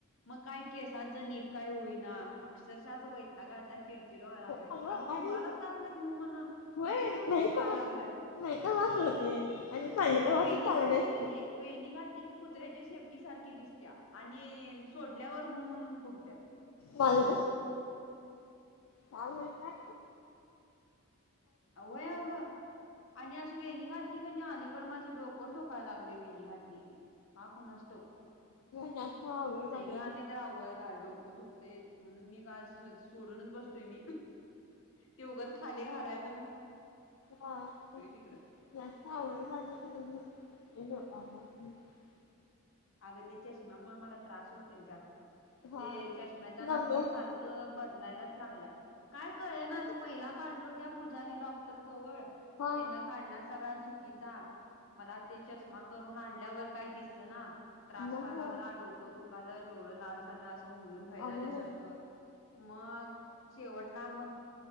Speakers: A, on the left; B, on the left.
A: मग काय केसांचं नीट काय होईल ना अक्षरशः आज वयताग आलता चिडचिड व्हायला लागलेली
B: आणि
A: अंग फुगालच लागल्यात हू म्हणून
B: होय
A: नाही तेवढी फुगायला
B: समज
A: लागल्यात
B: नाही तर वास होते आणि पाहिजे तर वास
A: वेणी
B: चांगले
A: गाठली
B: असतात.
A: की नाही वेणी गाठली की कुत्र्याच्या शेप पटी सारखी दिसत्यात आणि सोडल्यावर हु म्हणून फुगत्या
B: माझ्या पण का
A: होय अग आणि अस वेणी घातल ल कनी अलीकड माझं डोकच दुकायला लागलय वेणी घातली की का कोणासठाऊक
B: जास्त आवड
A: सैल घाल नाही तर आवळ घाल डोकं दुखतयच म्हणून मी का सोडूनच बसलोय मी ते उघच खाली घालायच
B: हा जास्त
A: तिकड
B: आवळ घालु नको नाही तर दुखतय बघ ह <unintelligible>
A: अग ते चेष्मा मुळ मला त्रास होतोय जास्त
B: हा
A: ते चष्म्याचा
B: मग
A: नंबर सारखं बदलायलाच लागलाय काय कळे नाच
B: हा
A: पहिला काढलो त्या पुजारी डॉक्टर जवळ
B: हा
A: तेन काढला सगळा चुकीचा मला ते चष्मा करून आणल्यावर काही दिस ना त्रास
B: मग
A: व्हायला
B: हो
A: लागला डोकं दुखालं डोळ लाल झालं बोबलुन बाहेर
B: आम्हाला
A: आल्यासारखं मग शेवटला मग